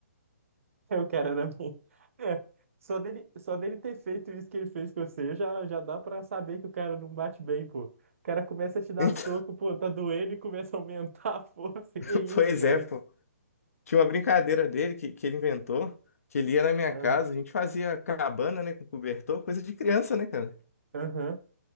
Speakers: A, on the right; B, on the left.
A: <laughs> Eu quero era mim. É, só dele, só dele ter feito isso que ele fez com você, já, já dá pra saber que o cara não bate bem, pô. O cara começa a te dar
B: Então,
A: soco, pô, tá doendo e começa a aumentar a <laughs> força.
B: <laughs>
A: Que isso,
B: pois
A: cara?
B: é, pô. Tinha uma brincadeira dele que, que ele inventou, que ele ia na minha
A: Ah,
B: casa, a gente fazia cabana, né, com cobertor, coisa de criança, né, cara?
A: Aham.